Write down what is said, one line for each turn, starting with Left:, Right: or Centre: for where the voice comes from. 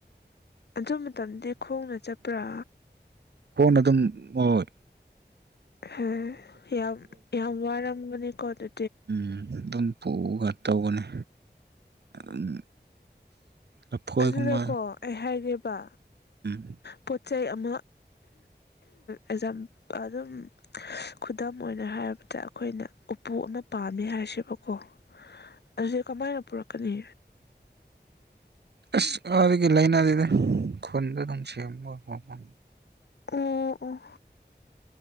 Left: ꯑꯗꯨ ꯃꯇꯝꯗꯤ ꯈꯣꯡꯅ ꯆꯠꯄ꯭ꯔꯥ
Right: ꯐꯣꯟ ꯑꯗꯨꯝ ꯑꯣꯏ
Left: ꯍ ꯌꯥꯝ ꯌꯥꯝ ꯌꯥꯝ ꯋꯥꯔꯝꯒꯅꯤ ꯀꯣ ꯑꯗꯨ
Right: ꯎꯝ ꯑꯗꯨꯝ ꯄꯨꯒ ꯇꯧꯕꯅꯦ ꯑꯗꯨꯝ ꯂꯐꯣꯏꯒꯨꯝꯕ
Left: ꯑꯗꯨꯗꯀꯣ ꯑꯩ ꯍꯥꯏꯒꯦꯕ
Right: ꯎꯝ
Left: ꯄꯣꯠ ꯆꯩꯩ ꯑꯃ ꯑꯦꯛꯖꯥꯝ ꯑꯗꯨꯝ ꯈꯨꯗꯝ ꯑꯣꯏꯅ ꯍꯥꯏꯔꯕꯗ ꯑꯩꯈꯣꯏꯅ ꯎꯄꯨꯅ ꯄꯥꯝ ꯄꯥꯝꯃꯦ ꯍꯥꯏꯁꯦꯕꯀꯣ ꯑꯗꯨꯗꯤ ꯀꯃꯥꯏꯅ ꯄꯨꯔꯛꯀꯅꯤ
Right: ꯑꯁ ꯑꯗꯨꯒꯤ ꯂꯩꯥꯏꯅꯔꯤꯗ ꯈꯨꯟꯗ ꯑꯗꯨꯝ ꯁꯦꯝꯕ ꯈꯣꯠꯄ
Left: ꯎꯝ